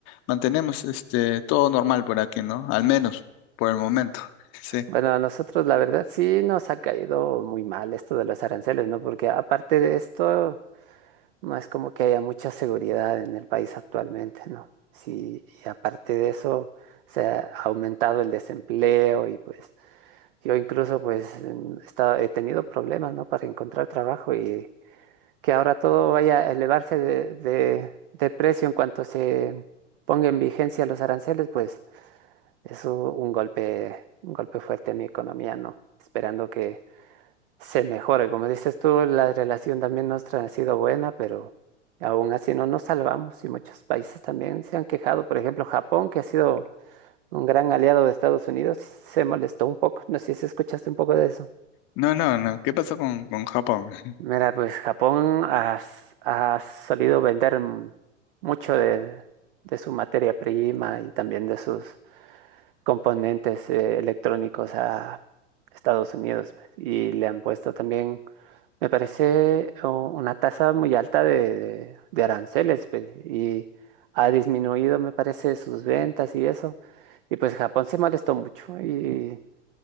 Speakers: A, on the left (about 30°); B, on the right (about 50°).
A: mantenemos este todo normal por aquí, ¿no? Al menos por el momento. <laughs> Sí.
B: Bueno, a nosotros la verdad sí nos ha caído muy mal esto de los aranceles, ¿no? Porque aparte de esto... No es como que haya mucha seguridad en el país actualmente, ¿no? Sí, y aparte de eso, se ha aumentado el desempleo y pues yo incluso pues en- he estado- he tenido problemas, ¿no? Para encontrar trabajo y que ahora todo vaya a elevarse de, de, de precio en cuanto se ponga en vigencia los aranceles, pues es u- un golpe, un golpe fuerte a mi economía, ¿no? Esperando que se mejore. Como dices tú, la relación también nuestra ha sido buena, pero aún así no nos salvamos y muchos países también se han quejado. Por ejemplo, Japón, que ha sido un gran aliado de Estados Unidos, se molestó un poco. No sé si escuchaste un poco de eso.
A: No, no, no. ¿Qué pasó con, con Japón? <laughs>
B: Mira, pues Japón ha, s- ha solido vender m- mucho de, de su materia prima y también de sus componentes eh, electrónicos a Estados Unidos. pues, Y le han puesto también Me parece oh, una tasa muy alta de, de- de aranceles, pues, y ha disminuido, me parece, sus ventas y eso. Y pues Japón se molestó mucho y